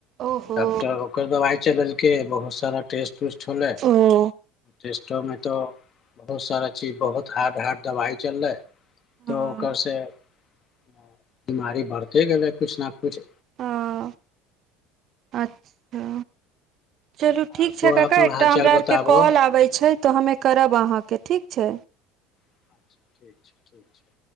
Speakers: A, on the right; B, on the left.
A: ओहो
B: डॉक्टर ओकर दबाइ चलेलकै बहुत सारा टेस्ट उस्ट होलै
A: ओ
B: टेस्टो में तऽ बहुत सारा चीज बहुत हार्ड हार्ड दवाइ चलले
A: हँ
B: तऽ ओकर से नै बिमारी बढ़ते गेलै कुछ न कुछ
A: हां अच्छा चलू ठीक
B: आर
A: छै कका
B: अपन
A: एकटा
B: हालचाल
A: हमरा
B: बताबह
A: आरके कॉल आबय छै तऽ हमे करब अहाँके ठीक छै।
B: अच्छा, ठीक छै, ठीक छै।